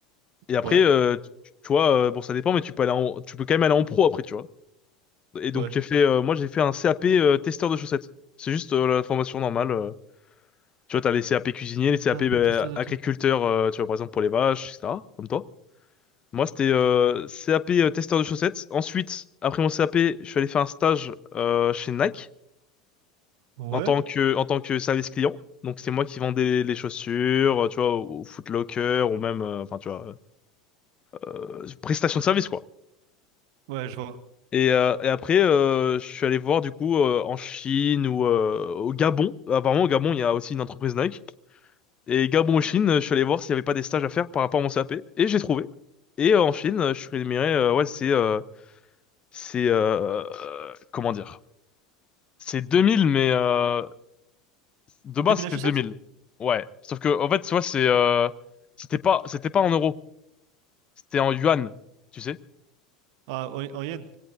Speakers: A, on the left (about 30°); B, on the right (about 60°).
A: Et après,
B: Ouais.
A: euh, tu, tu vois, euh, bon, ça dépend, mais tu peux aller en- tu peux quand même aller en pro après, tu vois. Et donc
B: Ouais.
A: j'ai fait, euh, moi j'ai fait un CAP euh, testeur de chaussettes. C'est juste euh, la formation normale. euh. Tu vois, t'as les CAP cuisiniers, les CAP
B: Tapé,
A: bah,
B: testeur de...
A: agriculteurs,
B: ta-
A: euh, tu vois, par exemple pour les vaches, etc. Comme toi. Moi c'était euh, CAP euh, testeur de chaussettes. Ensuite, après mon CAP, je suis allé faire un stage euh, chez Nike
B: Ouais.
A: en tant que, en tant que service client. Donc c'est moi qui vendais les chaussures, euh, tu vois, au au Foot Locker ou même, euh, enfin tu vois, euh, prestation de service quoi.
B: Ouais, je vois.
A: Et, euh, et après, euh, je suis allé voir du coup euh, en Chine ou euh, au Gabon. Apparemment, au Gabon, il y a aussi une entreprise Nike. Et Gabon, ou Chine, euh, je suis allé voir s'il n'y avait pas des stages à faire par rapport à mon CAP. Et j'ai trouvé. Et euh, en Chine, euh, je suis rémunéré, euh, ouais, c'est, euh, c'est, euh, euh, comment dire? C'est 2000, mais euh, de base,
B: 2000
A: c'était
B: la chaussette?
A: 2000. Ouais. Sauf que, en fait, tu vois, c'est, euh, c'était pas, c'était pas en euros. C'était en yuan, tu sais?
B: Ah, en, en yen.